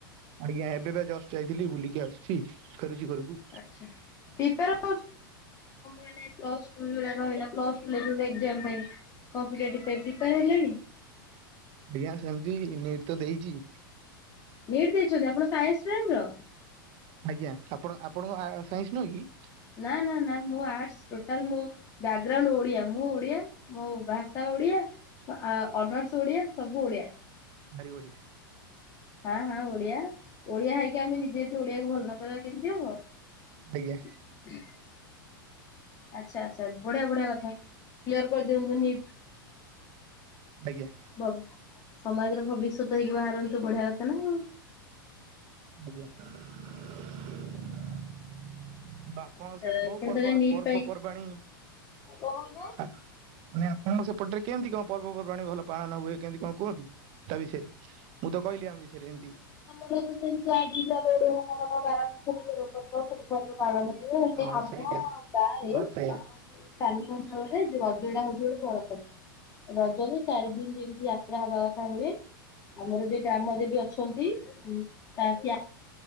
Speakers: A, on the right; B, on the left.
A: ଆଜ୍ଞା ଏବେ ବା ଜଷ୍ଟ ଯାଇଥିଲି ବୁଲିକି ଆସୁଛି ଫେରୁଚି ଘରକୁ।
B: <unintelligible> <unintelligible> ମାନେ ପ୍ଲସ୍ ଟୁ ଯୋଉଡା ରହିଲା ପ୍ଲସ୍ ଟୁ ଲେବୁଲ୍ ରେ ଏକ୍ଜାମ ପାଇଁ। କମ୍ପିଟେଟିଭ ପାଇଁ ପ୍ରିପୟାର୍ ହେଲେଣି?
A: ଆଜ୍ଞା ସେମତି ନିଟ ତ ଦେଇଚି।
B: ନିଟ୍ ଦେଇଛନ୍ତି ଆପଣ ସାଇନ୍ସ ଷ୍ଟ୍ରିମ୍ ର?
A: ଆଜ୍ଞା ଆପଣ ଆପଣଙ୍କ ଆ, ସାଇନ୍ସ ନୁହଁ କି?
B: ନା, ନା, ନା ମୁଁ ଆର୍ଟସ୍ ଟୋଟାଲ ମୋ ବ୍ୟାଗ୍ରାଉଣ୍ଡ ଓଡିଆ, ମୁଁ ଓଡିଆ, ମୋ ଭାଷା ଓଡିଆ। ଆ, ଅନର୍ସ ଓଡିଆ ସବୁ ଓଡିଆ।
A: ଭାରି ବଢ଼ିଆ।
B: ହଁ, ହଁ ଓଡିଆ ଓଡିଆ ହେଇକି ଆମେ ନିଜେ ଯଦି ଓଡିଆକୁ ଭଲ ନପାଇବା କେମିତି ହବ।
A: ଆଜ୍ଞା।
B: <inaudible> ଆଚ୍ଛା, ଆଚ୍ଛା ବଢିଆ ବଢିଆ କଥା କ୍ଲିୟର୍ କରିଦିଅନ୍ତୁ ନିଟ୍।
A: ଆଜ୍ଞା।
B: ବ ସମାଜର ଭବିଷ୍ୟତ ହେଇକି ବାହାରନ୍ତୁ ବଢିଆ କଥା ନା ଆଉ।
A: ଆଜ୍ଞା। ତ ଆପଣଙ୍କ
B: ଆଚ୍ଛା
A: ସିଆଡେ କୋଉ
B: ଆପଣ
A: ପର୍ବ
B: ତାହେଲେ ନିଟ୍
A: ପର୍ବପର୍ବାଣି
B: ପାଇଁ କଣ ହଉନା
A: ମାନେ ହଁ ସେପଟରେ କେମିତି କଣ ପର୍ବପର୍ବାଣି ଭଲ ପାଳନ ହୁଏ। କେମିତି କଣ କୁହନ୍ତୁ ତା ବିଷୟରେ? ମୁଁ ତ କହିଲି ଆମ ବିଷୟରେ ଏମିତି।
B: ମୁଁ ତ ଯେମିତି ବାର ମାସରେ ତେର ପର୍ବ। ପର୍ବ ପାଳନ ହୁଏ। ହେଲେ
A: ହଁ
B: ଆମ
A: ସେଇଟା
B: ଗାଁରେ
A: ହଁ ସେଇଆ
B: ଆମ ଯୋଉ ସ୍ଥାନୀୟ ଅଞ୍ଚଳରେ ରଜ ଟା ହଉଛି ଗୋଟେ ବଡ ପର୍ବ। ରଜରେ ଚାରି ଦିନ ଯେମିତି ଯାତ୍ରା ହବା ଅ ହୁଏ ଆମର ଯିଏ ଗ୍ରାମ ଦେବୀ ଅଛନ୍ତି। ଉ ତା ବ୍ୟା